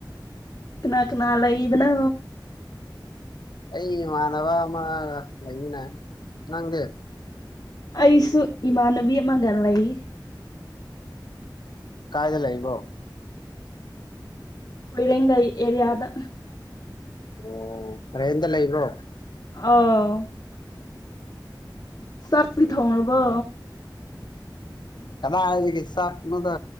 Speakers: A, on the left (about 50°); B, on the left (about 65°).
A: ꯅꯥꯅꯥ ꯂꯩ ꯏꯕꯅ
B: ꯑꯩ ꯏꯃꯥꯟꯅꯕ ꯑꯃ ꯂꯩꯃꯤꯟꯅ ꯅꯪꯗꯦ
A: ꯑꯩꯁꯨ ꯏꯃꯥꯟꯅꯕꯤ ꯑꯃꯒ ꯂꯩ
B: ꯀꯥꯏꯗ ꯂꯩꯕꯣ
A: ꯍꯣꯏꯔꯒꯥꯏ ꯑꯦꯔꯤꯌꯥꯗ
B: ꯑꯣ ꯇ꯭ꯔꯦꯟꯗ ꯂꯩꯕ꯭ꯔꯣ
A: ꯑ ꯆꯥꯛꯤ ꯊꯣꯡꯔꯔꯕꯣ
B: ꯂꯑ ꯆꯥꯛꯅꯗ